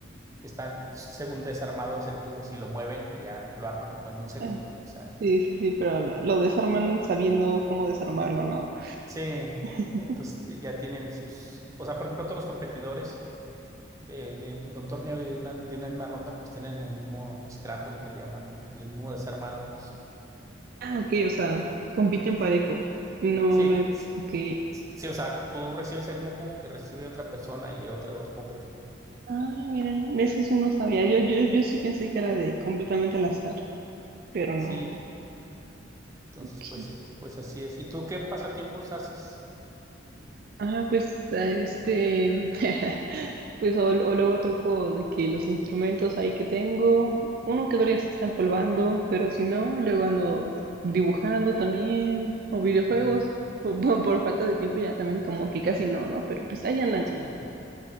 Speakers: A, on the right (about 15°); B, on the right (about 50°).
A: están según desarmados el cubo, si lo mueven y ya lo arman como en un segundo.
B: Ah,
A: O sea,
B: sí, sí, sí, pero lo, lo desarman sabiendo cómo desarmarlo, ¿no?
A: sí,
B: <laughs>
A: entonces eh, ya tienen sus, o sea, por ejemplo, todos los competidores de, de- de un torneo y de una, de una misma ronda, pues tienen el mismo scramble que le llaman, el mismo desarmado.
B: Ah, ok, o sea, compiten parejo. No,
A: Sí.
B: no hay... Ok.
A: Sí, o sea, tú recibes el mismo cubo que recibe otra persona y otra otro competidor.
B: Ah, mira, eso sí no sabía. Yo, yo, yo sí pensé que era de completamente al azar, pero no.
A: Sí, entonces
B: Ok.
A: pues, eh, pues así es. ¿Y tú qué pasatiempos haces?
B: Ah, pues a este, <laughs> pues o, o luego toco de que los instrumentos ahí que tengo, uno que todavía se está empolvando, pero si no, luego ando dibujando también, o videojuegos,
A: Ya,
B: por, <laughs> por- por falta de tiempo ya también como que casi no, ¿no? Pero pues ahí andan,
A: sí,